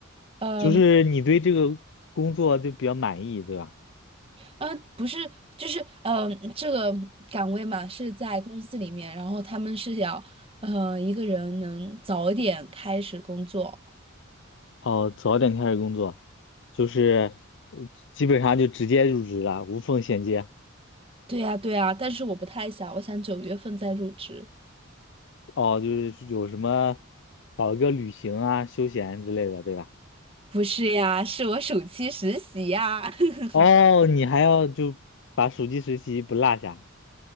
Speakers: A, on the right; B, on the left.
A: 嗯
B: 就是你对这个工作就比较满意，对吧？
A: 嗯，不是，就是嗯，这个岗位嘛是在公司里面，然后他们是要，呃，一个人能早一点开始工作。
B: 哦，早点开始工作，就是呃基本上就直接入职了，无缝衔接。
A: 对呀，对呀，但是我不太想，我想九月份再入职。
B: 哦，就是有什么搞一个旅行啊、休闲之类的，对吧？
A: 不是呀，是我暑期实习呀。<laughs>
B: 哦，你还要就把暑期实习不落下。